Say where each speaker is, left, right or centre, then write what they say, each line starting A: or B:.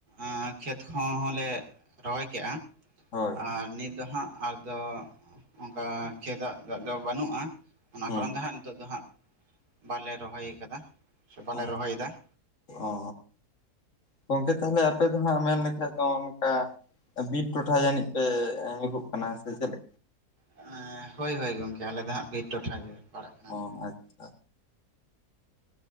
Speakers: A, on the right; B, on the left.
A: ᱮᱸ ᱠᱷᱮᱛ ᱠᱚᱦᱚᱸᱞᱮ ᱨᱚᱦᱚᱭ ᱠᱮᱜ-ᱟ
B: ᱦᱳᱭ
A: ᱟᱨ ᱱᱤᱛ ᱫᱚ ᱦᱟᱸᱜ ᱟᱨ ᱫᱚ ᱚᱱᱠᱟ ᱠᱷᱮᱫᱟᱜ ᱫᱟᱜ ᱫᱚ ᱵᱟᱹᱱᱩᱜᱼᱟ᱾ ᱚᱱᱟ
B: ᱦᱩᱸ
A: ᱠᱚᱨᱚᱱ ᱫᱮ ᱦᱟᱸᱜ ᱱᱤᱛᱚᱜ ᱫᱚ ᱦᱟᱸᱜ ᱵᱟᱞᱮ ᱨᱚᱦᱚᱭ ᱟᱠᱟᱫᱟ ᱥᱮ ᱵᱟᱞᱮ
B: ᱚ
A: ᱨᱚᱦᱚᱭᱮᱫᱟ ᱾
B: ᱚ ᱜᱚᱝᱠᱮ ᱛᱟᱦᱚᱞᱮ ᱟᱯᱮ ᱫᱚ ᱦᱟᱸᱜ ᱢᱮᱱ ᱞᱮᱠᱷᱟᱡ ᱫᱚ ᱚᱱᱠᱟ ᱵᱤᱨ ᱴᱚᱴᱷᱟ ᱡᱟᱱᱤᱡ ᱯᱮ ᱧᱩᱨᱦᱩᱜ ᱠᱟᱱᱟ ᱥᱮ ᱪᱮᱫ ᱞᱮ
A: ᱮᱸᱻ ᱦᱳᱭ ᱦᱳᱭ ᱜᱚᱝᱠᱮ ᱟᱞᱮ ᱫᱚ ᱦᱟᱸᱜ ᱵᱤᱨ ᱴᱚᱴᱷᱟ ᱜᱮᱞᱮ ᱯᱟᱲᱟᱜ ᱠᱟᱱᱟᱞᱮ᱾
B: ᱚ ᱟᱪᱪᱷᱟ